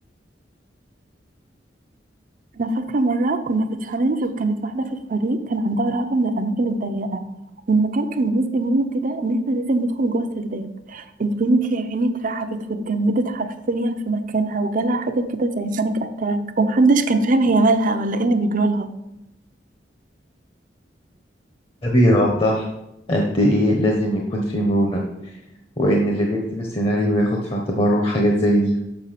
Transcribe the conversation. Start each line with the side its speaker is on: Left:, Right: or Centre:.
Right: أنا فاكرة مرة كنا في تشالنج وكانت واحدة في الفريق كان عندها رهبة من الأماكن الضيقة والمكان كان جزء منه كده إن إحنا لازم ندخل جوه السرداب البنت يا عيني اترعبت واتجمدت حرفيا في مكانها وجالها حاجة كده زي بانيك أتاك ومحدش كان فاهم هي مالها ولا إيه اللي بيجرالها
Left: ده بيوضح قد إيه لازم يكون في مرونة وإن اللي بيكتب السيناريو ياخد في اعتباره حاجات زي دي